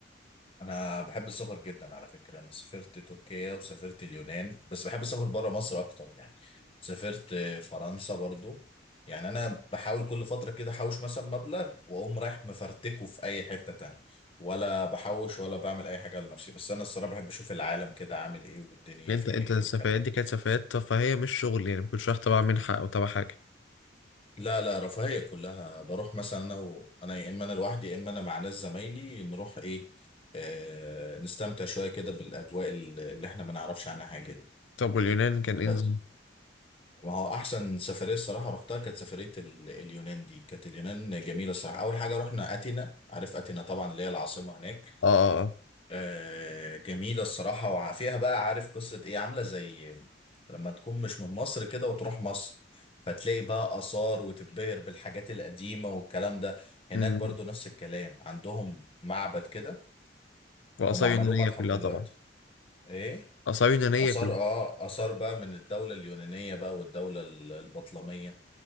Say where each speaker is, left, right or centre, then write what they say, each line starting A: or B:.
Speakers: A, on the left; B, on the left.
A: انا بحب السفر جدا على فكره انا سافرت تركيا وسافرت اليونان بس بحب السفر بره مصر اكتر يعني سافرت فرنسا برضو يعني انا بحاول كل فتره كده احوش مثلا مبلغ واقوم رايح مفرتكه في اي حته تانية ولا بحوش ولا بعمل اي حاجه لنفسي بس انا الصراحه بحب اشوف العالم كده عامل ايه والدنيا
B: انت
A: فيها
B: انت
A: ايه
B: السفريات
A: والكلام
B: دي
A: ده
B: كانت سفريات ترفيهية مش شغل يعني ما كنتش رايح تبع منحة او تبع حاجة
A: لا لا رفاهيه كلها بروح مثلا انا و... انا يا اما انا لوحدي يا اما انا مع ناس زمايلي نروح ايه آه... نستمتع شويه كده بالاجواء اللي اللي احنا ما نعرفش عنها حاجه دي
B: طب واليونان كان ايه
A: بس
B: نظام؟
A: ما هو احسن سفريه الصراحه رحتها كانت سفريه ال- اليونان دي كانت اليونان جميله الصراحه اول حاجه رحنا اثينا عارف اثينا طبعا اللي هي العاصمه هناك
B: اه اه
A: آه جميله الصراحه وفيها بقى عارف قصه ايه عامله زي لما تكون مش من مصر كده وتروح مصر فتلاقي بقى اثار وتتبهر بالحاجات القديمه والكلام ده هناك
B: امم
A: برضو نفس الكلام عندهم معبد كده
B: وآثار
A: هم عملوه
B: يونانية
A: متحف
B: كلها
A: دلوقتي
B: طبعا
A: ايه
B: آثار يونانية
A: آثار
B: كلها
A: آه آثار بقى من الدولة اليونانية بقى والدولة ال- البطلمية